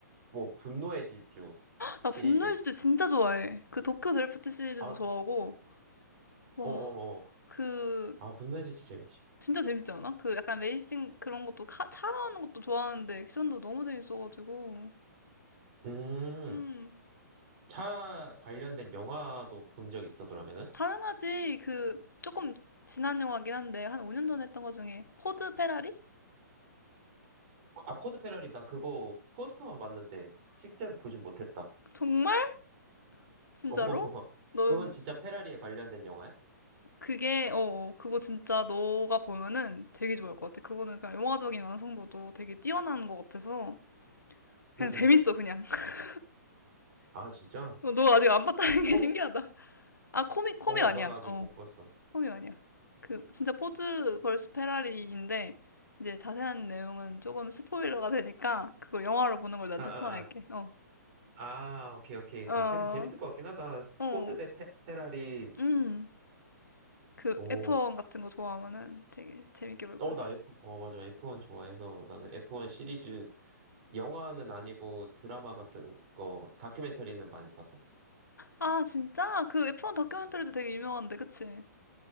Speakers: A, on the right; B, on the left.
A: 뭐, 분노의 질주
B: 나
A: 시리즈.
B: 분노의 주제 진짜 좋아해. 그 도쿄 드래프트 시리즈도
A: 아,
B: 좋아하고, 와,
A: 어어어.
B: 그,
A: 아, 분노의 질주 재밌지.
B: 진짜 재밌지 않아? 그 약간 레이싱 그런 것도 카, 차 나오는 것도 좋아하는데 액션도 너무 재밌어가지고.
A: 음,
B: 음.
A: 차 관련된 영화도 본 적 있어, 그러면은?
B: 당연하지. 그 조금 지난 영화긴 한데 한 5년 전에 했던 거 중에 포드 페라리?
A: 아, 코드 페라리 난 그거 포스터만 봤는데 실제로 보진 못했다.
B: 정말? 진짜로?
A: 어, <laughs>
B: 넌
A: 그건 진짜 페라리에 관련된 영화야?
B: 그게 어 어, 그거 진짜 너가 보면은 되게 좋아할 것 같아. 그거는 그냥 영화적인 완성도도 되게 뛰어난 것 같아서 그냥
A: 응,
B: 재밌어
A: 응.
B: 그냥. <laughs>
A: 아, 진짜?
B: 어, 너 아직 안 봤다는
A: 코믹?
B: 게 신기하다. 아 코믹 코믹
A: 어,
B: 아니야.
A: 나는 아직
B: 어
A: 못 봤어.
B: 코믹 아니야. 그 진짜 포드 벌스 페라리인데 이제 자세한 내용은 조금 스포일러가 되니까 그걸 영화로 보는 걸 난
A: 아,
B: 추천할게.
A: 아, 아.
B: 어.
A: 아, 오케이, 오케이, 오케이.
B: 어,
A: 근데 재밌을 것 같긴 하다.
B: 어,
A: 포드 대 페, 페라리.
B: 음, 그
A: 오,
B: F1 같은 거 좋아하면은 되게 재밌게 볼
A: 어,
B: 거야.
A: 나 F, 어, 맞아. F1 좋아해서 나는 F1 시리즈, 영화는 아니고 드라마 같은 거, 다큐멘터리는 많이 봤었어.
B: 아, 진짜? 그 F1 다큐멘터리도 되게 유명한데, 그치?